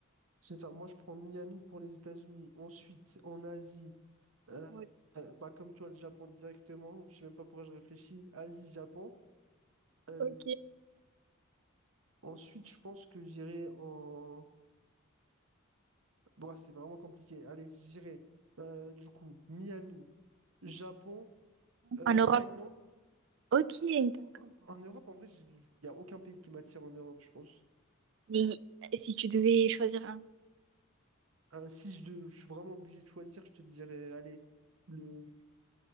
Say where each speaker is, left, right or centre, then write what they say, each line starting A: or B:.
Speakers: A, on the right; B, on the right.
A: C'est ça. Moi, je prends Miami pour les États-Unis. Ensuite, en Asie, euh,
B: Ouais.
A: euh, bah, comme toi, le Japon directement. Je sais même pas pourquoi je réfléchis. Asie, Japon. Euh,
B: Ok.
A: ensuite, je pense que j'irai en. Bon, c'est vraiment compliqué. Allez, je dirais euh, du coup Miami, Japon, euh,
B: En Europe.
A: Thaïlande.
B: Ok, d'accord.
A: En, en Europe, en vrai, j'ai- il n'y a aucun pays qui m'attire en Europe, je pense.
B: Mais si tu devais choisir un.
A: Euh, si je, de- je suis vraiment obligé de choisir, je te dirais, allez, le...